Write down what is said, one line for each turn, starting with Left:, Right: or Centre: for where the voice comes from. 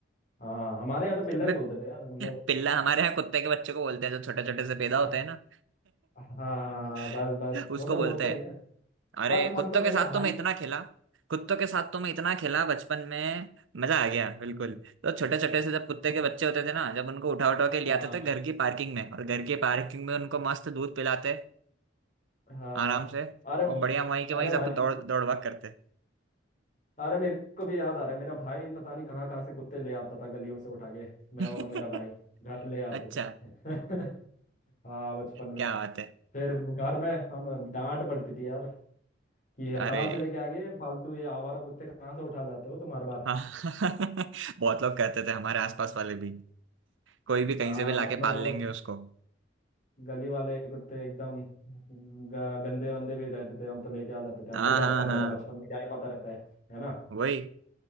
Left: हाँ हमारे यहाँ तो पिल्ला ही
Right: मैं
Left: बोलते थे यार मतलब
Right: पिल्ला हमारे यहाँ कुत्ते के बच्चे को बोलते हैं जो छोटे छोटे से पैदा
Left: <laughs>
Right: होते हैं ना
Left: हाँ हाँ हाँ, बस
Right: <laughs>
Left: बस
Right: उसको
Left: वो तो
Right: बोलते
Left: बोलते
Right: हैं
Left: ही है
Right: अरे
Left: पर मतलब
Right: कुत्तों
Left: मेरा
Right: के साथ
Left: भाई
Right: तो मैं इतना खेला कुत्तों के साथ तो मैं इतना खेला बचपन में मजा आ गया बिल्कुल
Left: हम्म,
Right: तो छोटे छोटे से जब कुत्ते के बच्चे होते थे ना जब उनको उठा उठा के ले
Left: हाँ
Right: आते थे घर की पार्किंग में और घर की पार्किंग में उनको मस्त दूध पिलाते
Left: हाँ
Right: आराम
Left: हाँ
Right: से
Left: अरे
Right: और बढ़िया वहीं के वहीं
Left: अरे
Right: सब
Left: भाई मेरे
Right: दौड़ दौड़ भाग करते
Left: अरे मेरे को भी याद आ रहा है मेरा भाई पता नहीं कहाँ कहाँ से कुत्ते ले आता था गलियों से उठा के मैं
Right: <laughs>
Left: और मेरा भाई घर ले आते
Right: अच्छा
Left: थे <laughs> हाँ बचपन में
Right: क्या बात है
Left: फिर घर में हम डांट पड़ती थी यार कि ये
Right: अरे
Left: कहाँ से लेके आ गए फालतू ये आवारा कुत्ते कहाँ से उठा लाते हो तुम हर बार
Right: हाँ <laughs> बहुत लोग करते थे हमारे आसपास वाले भी कोई भी कहीं
Left: आ,
Right: से भी लाके
Left: मतलब
Right: पाल
Left: वो
Right: लेंगे उसको
Left: गली वाले कुत्ते एकदम ग- गंदे वंदे भी रहते थे हम तो लेके आ जाते थे हमको
Right: हाँ
Left: क्या
Right: हाँ
Left: पता
Right: हाँ
Left: था बचपन में क्या ही पता रहता है है ना
Right: वही